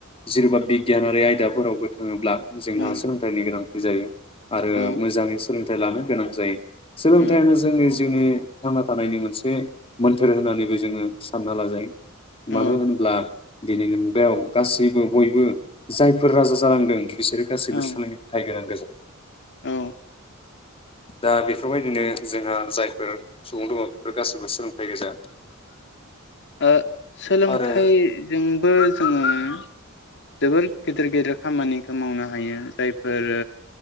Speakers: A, on the left; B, on the left.
A: जेरेबा बिगियानारि आयदाफोरावबो थाङोब्ला जोंहा
B: औ
A: सोलोंथाइनि गोनां। जायो। आरो
B: औ
A: मोजाङै सोलों लानो गोनां जायो। सोलोंथायानो
B: उम
A: जोंनि जिउनि थांना थानायनि मोनसे मोन्थोर होननानैबो जोङो सानना लाजायो।
B: औ
A: मानो होनोब्ला दिनैनि बेयाव गासैबो बयबो जायफोर राजा जालांदों बिसोर गासैबो
B: औ
A: <unintelligible> <inaudible>
B: औ
A: दा बे फोरबायदिनो जोंहा जायफोर सुबुं दङ बेफोर गाससिबो सोलोंथाइ गोजा।
B: ओ सोलोंथाइजोंबो
A: आरो
B: जोङो जोबोर गेदिर गेदिर खामानिखौ मावनो हायो जायफोर